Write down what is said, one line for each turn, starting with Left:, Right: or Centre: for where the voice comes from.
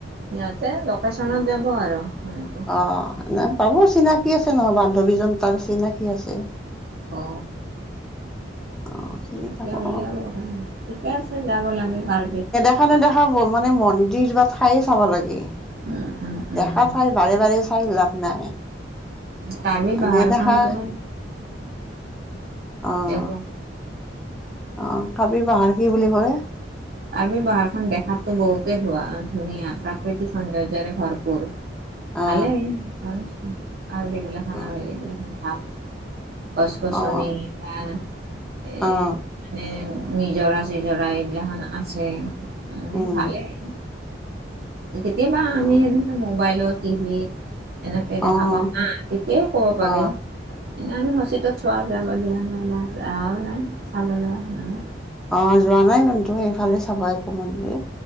Right: সিহঁতে লোকেশ্যনত যাব আৰু সহ
Centre: অ নে পাব চিনাকি আছে নহয় বান্ধৱীজন তাৰ চিনাকি আছে।
Right: অ
Centre: অ চিনি পাব
Right: তাকে উলিয়াব
Centre: অ
Right: ঠিকে আছে যাব লাগে ভাল।
Centre: সেইখানে দেখা মানে মন্দিৰো বা ঠাইয়ে চাব লাগে।
Right: উম, উম, উম,
Centre: দেখা চাই বাৰে বাৰে চাই লাভ নাই
Right: কাৰ্বি পাহাৰখনত
Centre: নেদেখা অঁ
Right: দেখোন
Centre: অ কাৰ্বি পাহাৰ কি বুলি ক'লে
Right: কাৰ্বি পাহাৰখন দেখাতটো বহুতে ধুনীয়া প্ৰাকৃতিক সৌন্দৰ্যৰে ভৰপুৰ
Centre: অ
Right: ভালেই আৰু এইবিলাখনৰ
Centre: অ
Right: এইবিল ভাল গছ গছনি
Centre: অ
Right: বা এই
Centre: অ
Right: মানে নিজৰা চিজৰা এইবিলা আছে মে
Centre: উম
Right: ভালে আৰু কেতিয়াবা আমি
Centre: অ
Right: এনেকে মোবাইলত টিভিত এনেকে দেখা
Centre: অ
Right: পাওঁ উম তেতিয়াই কব পাৰিম
Centre: অ
Right: এনে আমি শচিতত চোৱা যাব দিয়া নাই বা যোৱাও নাই চাবলগা সেনে
Centre: অ যোৱা নাই কিন্তু সেইফালে চাব একো মন্দিৰ